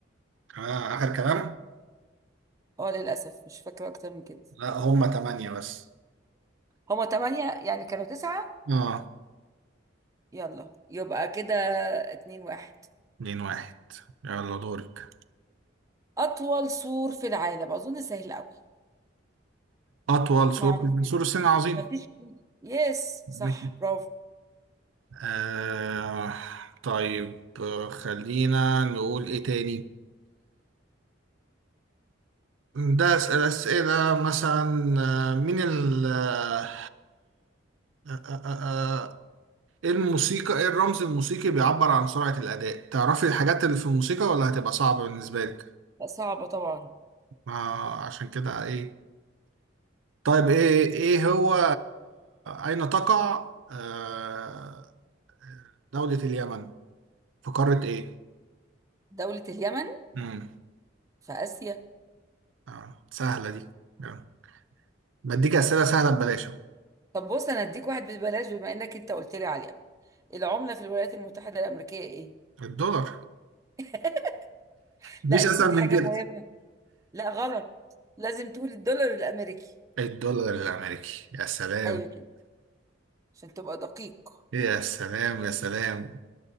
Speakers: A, on the right (about 80°); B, on the right (about 15°).
A: آه آخر كلام؟
B: اه للاسف مش فاكره اكتر من كده
A: لا هما تمانية بس
B: هما تمانية يعني كانوا تسعة
A: آه
B: يلا يبقى كده اتنين واحد
A: اتنين واحد يلا دورك
B: أطول سور في العالم أظن سهل أوي
A: أطول سور
B: معروف
A: من سور
B: جدا
A: الصين العظيم
B: مفيش يس
A: <laughs>
B: صح برافو
A: آه طيب آه، خلينا نقول إيه تاني ده أسئلة أسئلة مثلا آه، مين ال آه، آه، آه، آه، ايه الموسيقى ايه الرمز الموسيقي بيعبر عن سرعة الأداء تعرفي الحاجات اللي في الموسيقى ولا هتبقى صعبة بالنسبة لك
B: لا، صعبة طبعا
A: ما عشان كده ايه طيب ايه ايه هو اين تقع آه، دولة اليمن في قارة ايه
B: دولة اليمن
A: امم
B: في آسيا
A: آه، سهلة دي آه. بديك أسئلة سهلة ببلاش أهو.
B: طب بص أنا هديك واحد ببلاش بما إنك أنت قلت لي على اليمن العملة في الولايات المتحدة الأمريكية إيه؟
A: الدولار
B: <laughs>
A: مفيش
B: لا نسيت
A: أسهل
B: حاجة
A: من كده
B: مهمة لا غلط لازم تقول الدولار الأمريكي
A: الدولار الأمريكي يا سلام
B: أيوة كده عشان تبقى دقيق
A: يا سلام يا سلام